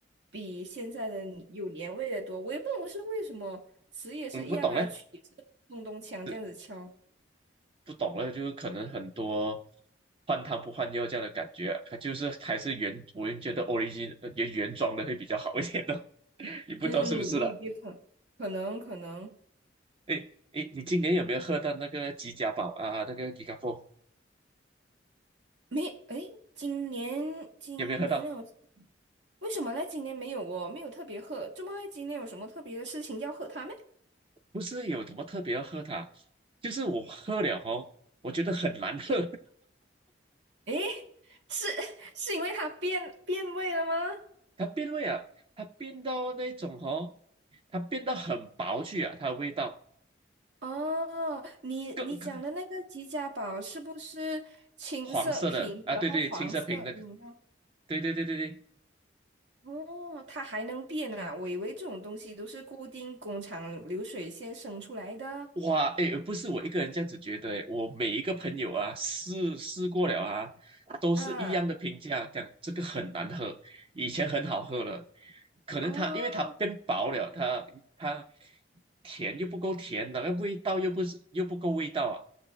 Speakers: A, on the right; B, on the right.
A: 比现在的有年味的多。我也不懂是为什么，词也是一样啊，
B: 嗯不懂嘞，
A: 曲也是咚咚锵这样子敲。
B: 呃不懂了，就是可能很多换汤不换药这样的感觉啊，它就是还是原我就觉得 origin 呃原原装的会比较好一点的，<laughs> 你不知道是不是啦。
A: 嗯，也也可可能可能
B: 哎哎，诶你今年有没有喝到那个吉家宝啊？那个吉卡波
A: 没诶，今年今年有
B: 有没有喝到？
A: 为什么呢？今年没有哦，没有特别喝。怎么呢？今年有什么特别的事情要喝它吗？
B: 不是有什么特别要喝它，就是我喝了哦，我觉得很难喝，
A: 诶，是 <laughs> 是因为它变变味了吗？
B: <laughs> 它变味啊，它变到那种哦，它变到很薄去啊，它的味道
A: 哦，你你讲的那个吉家宝是不是青色瓶，
B: 更更黄色的啊，
A: 然后黄色饮料？
B: 对对，青色瓶的，个，对对对对对，
A: 哦，它还能变啊！我以为这种东西都是固定工厂流水线生出来的
B: 哇，哎，不是我一个人这样子觉得，诶，我每一个朋友啊，试试过了啊，都是一样的评价，
A: 啊。
B: 讲这个很难喝，以前很好喝了，可能它因为它变薄了，
A: 哦，
B: 它它甜又不够甜，那个味道又不是又不够味道啊，